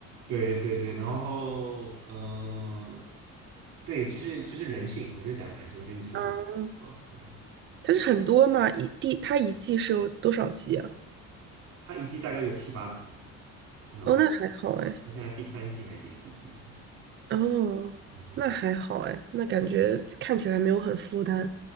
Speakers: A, on the right; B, on the right.
A: 对对对，然后嗯、呃对，就是就是人性，我就讲人性，我觉得你说的，
B: 嗯，
A: 嗯，对，
B: 它是很多嘛，一第它一季是有多少集啊？
A: 他一季大概有七八集，然后
B: 哦，那还好哎，
A: 好像还第三季还是第四季，对，
B: 哦，
A: 嗯哼
B: 那还好哎，那感觉看起来没有很负担，